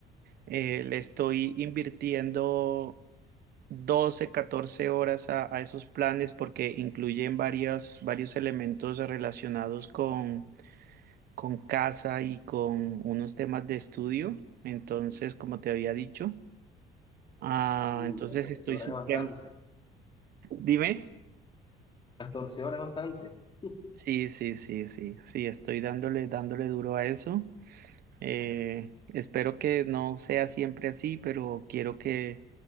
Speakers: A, on the right (about 65°); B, on the left (about 30°).
A: eh, le estoy invirtiendo 12, 14 horas a, a esos planes porque incluyen varios, varios elementos relacionados con, con casa y con unos temas de estudio.
B: Mm.
A: Entonces, como te había dicho, ah,
B: Uy,
A: entonces
B: 14
A: estoy
B: horas
A: supremo.
B: es bastante.
A: Dime.
B: catorce horas es bastante. <laughs>
A: Sí, sí, sí, sí, sí, estoy dándole, dándole duro a eso. Eh, espero que no sea siempre así, pero quiero que